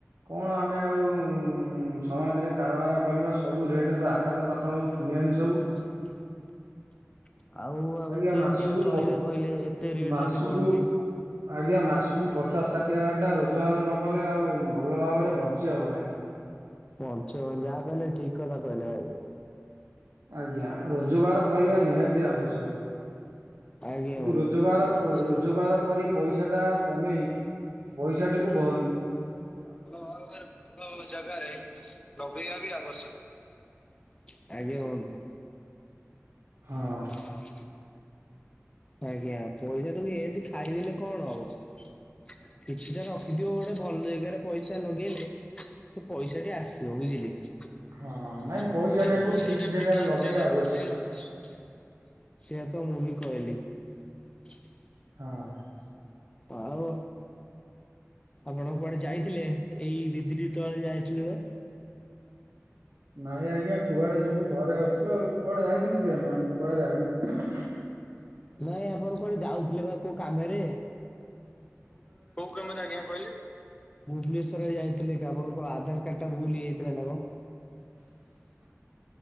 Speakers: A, on the right; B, on the left.
A: କଣ ଆମେ ଆଉ ସମାଜରେ କାରବାର କରିବ ସବୁ ରେଟତା ଆକାଶ ପାାତଳକୁ ଛୁଇଁଲାଣି ସବୁ।
B: ସଛପ <inaudible> ଆଉ ଆମେ
A: ଆଜ୍ଞା
B: କେମିତି
A: ମାସକୁ
B: ଆଉ ଚଳିବା
A: ପ
B: କହିଲେ ଏତେ ରେଟ
A: ମାସକୁ
B: ଯଦି ବଢୁଛି?
A: ଆଜ୍ଞା ମାସକୁ ପଚାଶ ଷାଠିଏ ହଜାର ଟା ରୋଜଗାର ନ କଲେ ଆଉ ଭଲ ଭାବରେ ବଞ୍ଚି ହବ ନାହିଁ।
B: ବଞ୍ଚି ହବନି ଯାହା କହିଲେ ଠିକ କଥା କହିଲେ ଭାଇ।
A: ଆଜ୍ଞା ରୋଜଗାର କରିବା ନିହାତି ଆବଶ୍ୟକ।
B: ଆଜ୍ଞା
A: କିନ୍ତୁ
B: ବନ୍ଧୁ।
A: ରୋଜଗାର
B: ସେ ଭଲ
A: ରୋଜଗାର କରି ପଇସା ଟା କମେଇ ପଇସାଟିକୁ ଭ
B: ଭାବରେ ଭଲ ଜାଗାରେ ଲଗେଇବା ବି ଆବଶ୍ୟକ ଆଜ୍ଞା ବଂଧୁ।
A: ହଁ।
B: ହଁ। ଆଜ୍ଞା ପଇସା ଟାକୁ ଏମିତି ଖାଇଦେଲେ କଣ ହବ କିଛିଟା ରଖିଥିବ ଗୋଟେ ଭଲ ଜାଗାରେ ପଇସା ଲଗେଇଲେ ସେ ପଇସା ଟି ଆସିବ ବୁଝିଲେ କି। ନାଇଁ
A: ହଁ ପଇସା ଟାକୁ
B: ପଇସା
A: ଠିକ
B: ଟାକୁ
A: ଜାଗାରେ
B: ଠିକ୍
A: ଲଗେଇବା
B: ଜାଗାରେ
A: ଆବଶ୍ୟକ
B: ଲଗେଇବା ଆବଶ୍ୟକ। ସେଇଆ ତ ମୁଁ ବି କହିଲି। ହ <unintelligible>
A: ହଁ।
B: ଆଓ ଆପଣ କୁଆଡେ ଯାଇଥିଲେ ଏଇ ଦି ଦିନି ତଳେ ଯାଇଥିଲେ ବା?
A: ନାଇଁ ଆଜ୍ଞା କୁଆଡେ ଯିବୁ ଘରେ ଅଛୁ ଆଉ କୁଆଡେ ଯାଇଥିଲୁ କି ଆମେ ଆମେ କୁଆଡେ ଯାଇନୁ।
B: ନାଇଁ ଆପଣ କୁଆଡେ ଯାଉଥିଲେ ବା କୋଉ କାମରେ? କୋଉ କାମରେ ଆଜ୍ଞା କହିଲେ? ଭୁବନେଶ୍ଵରରେ ଯାଇଥିଲେ କା ଆପଣଙ୍କର ଆଧାର କାର୍ଡ ଟା ଭୁଲ ହେଇଯାଇଥିଲା ନା କଣ?